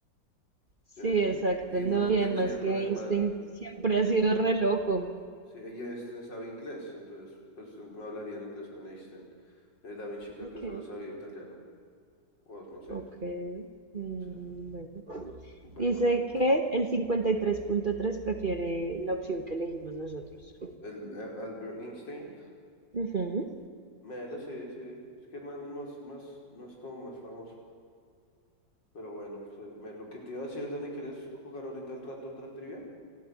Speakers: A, on the right; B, on the left.
A: Sí,
B: eh,
A: exacto.
B: y
A: No,
B: no me entendería
A: y además
B: con
A: que Einstein
B: el man.
A: siempre ha sido re loco.
B: Sí, y Einstein sabe inglés, entonces pues no hablaría en inglés con Einstein. Eh, Da Vinci creo
A: Ok.
B: que solo sabía italiano, o no sé.
A: Ok. mm,
B: sí.
A: bueno.
B: Bueno,
A: Dice que el 53.3 prefiere la opción que elegimos nosotros.
B: el, eh, Albert Einstein.
A: Ujú.
B: Melo, sí, sí. Es que el man es más, más, más como más famoso. Pero bueno, o sea, Melo, ¿qué te iba a decir, Dani? ¿Quieres jugar ahorita al rato otra trivia?